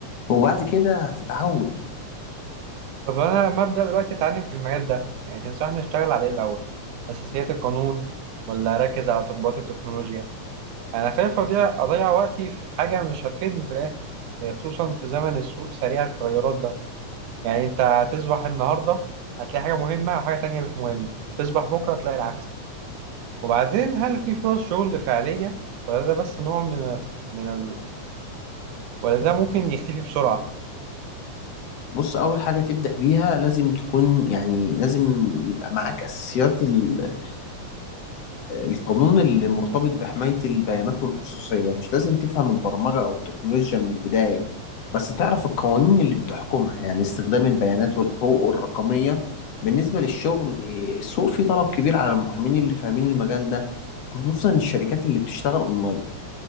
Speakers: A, on the left; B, on the right.
A: وبعد كده هتتعود
B: طب انا مبدأ دلوقتي اتعلم في المجال ده يعني تنصحني اشتغل على ايه الاول اساسيات القانون ولا اركز على تطبيقات التكنولوجيا انا خايف اضيع اضيع وقتي في حاجة مش هتفيدني في الاخر يعني خصوصا في زمن السوق سريع التغيرات ده يعني انت هتصبح النهاردة هتلاقي حاجة مهمة وحاجة تانية مش مهمة تصبح بكرة تلاقي العكس وبعدين هل في فرص شغل فعلية ولا ده بس نوع من من ال... ولا ده ممكن يختفي بسرعة
A: بص أول حاجة تبدأ بيها لازم تكون يعني لازم يبقى معاك أساسيات ال- القانون اللي مرتبط بحماية البيانات والخصوصية مش لازم تفهم البرمجة أو التكنولوجيا من البداية بس تعرف القوانين اللي بتحكمها يعني استخدام البيانات والحقوق الرقمية بالنسبة للشغل إيه، السوق فيه طلب كبير على المحامين اللي فاهمين المجال ده خصوصا الشركات اللي بتشتغل أونلاين